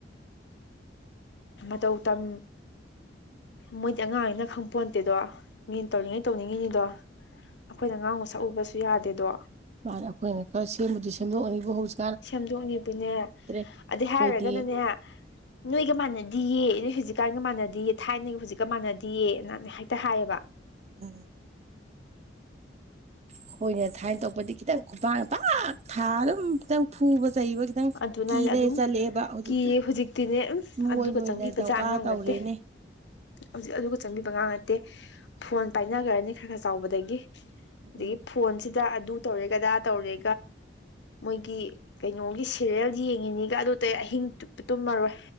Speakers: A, on the left; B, on the right.
A: ꯃꯇꯧ ꯇꯝ ꯃꯣꯏꯗꯤ ꯑꯉꯥꯡꯅꯤꯅ ꯈꯪꯄꯣꯟꯇꯦꯗꯣ ꯃꯤꯟ ꯇꯧꯔꯤꯉꯩ ꯇꯧꯅꯤꯡꯉꯤꯅꯤꯗꯣ ꯑꯈꯣꯏꯅ ꯉꯥꯡꯉꯨ ꯁꯛꯎꯕꯁꯨ ꯌꯥꯗꯦꯗꯣ
B: ꯃꯥꯅꯦ ꯑꯈꯣꯏꯅ ꯈꯔ ꯁꯦꯝꯕꯨꯗꯤ ꯁꯦꯝꯗꯣꯛꯑꯅꯤꯕꯨ ꯍꯧꯖꯤꯛ
A: ꯁꯦꯝꯗꯣꯛꯑꯅꯤꯕꯨꯅꯦ
B: ꯑꯩꯈꯣꯏꯗꯤ
A: ꯑꯗꯩ ꯍꯥꯏꯔꯨꯒꯅꯅꯦ ꯅꯣꯏꯒ ꯃꯥꯟꯅꯗꯤꯌꯦ ꯅꯣꯏ ꯍꯧꯖꯤꯛꯀꯥꯟꯒ ꯃꯥꯟꯅꯗꯤꯌꯦ ꯊꯥꯏꯅꯒꯤ ꯍꯧꯖꯤꯛꯀ ꯃꯥꯟꯅꯗꯤꯌꯦ ꯑꯥꯅ ꯍꯦꯛꯇ ꯍꯥꯏꯌꯦꯕ
B: ꯎꯝ ꯑꯈꯣꯏꯅ ꯊꯥꯏꯅ ꯇꯧꯕꯗꯤ ꯈꯤꯇꯪ ꯈꯨꯄꯥꯛꯅ ꯄꯥꯛ ꯊꯥ ꯑꯗꯨꯝ ꯈꯤꯇꯪ ꯐꯨꯕ ꯆꯩꯕ ꯈꯤꯇꯪ
A: ꯑꯗꯨꯅ
B: ꯀꯤꯅꯩ
A: ꯑꯩꯅ ꯑꯗꯨꯝ
B: ꯆꯠꯂꯛꯑꯦꯕ ꯍꯧꯖꯤꯛꯇꯤ
A: ꯀꯤꯌꯦ ꯍꯧꯖꯤꯛꯇꯤꯅꯦ ꯎꯝ ꯑꯗꯨꯒ
B: ꯃꯣꯏ ꯑꯣꯏꯅ
A: ꯆꯪꯕꯤꯕꯖꯥ
B: ꯗꯝꯀꯥ
A: ꯑꯉꯥꯡ
B: ꯇꯧꯔꯦꯅꯦ
A: ꯅꯠꯇꯦ ꯍꯧꯖꯤꯛ ꯑꯗꯨꯒ ꯆꯪꯕꯤꯕ ꯑꯉꯥꯡ ꯅꯠꯇꯦ ꯐꯣꯟ ꯄꯥꯏꯅꯒ꯭ꯔꯅꯤ ꯈꯔ ꯈꯔ ꯆꯥꯎꯕꯗꯒꯤ
B: ꯎꯝ
A: ꯑꯗꯒꯤ ꯐꯣꯟꯁꯤ ꯑꯗꯨ ꯇꯧꯔꯦꯗꯥ ꯇꯧꯔꯦ ꯃꯣꯏꯒꯤ ꯀꯩꯅꯣꯁꯤ ꯁꯦꯔꯌꯦꯜꯗꯤ ꯌꯦꯡꯉꯤꯅꯤꯒ ꯑꯗꯨ ꯇꯩ ꯑꯍꯤꯡ ꯇꯨꯝꯃꯔꯣꯏ